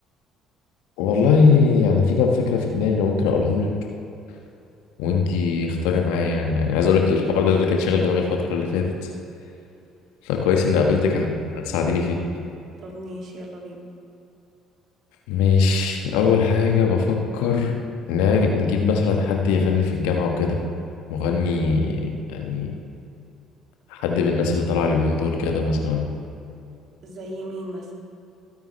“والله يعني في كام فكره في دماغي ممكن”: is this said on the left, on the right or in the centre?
Left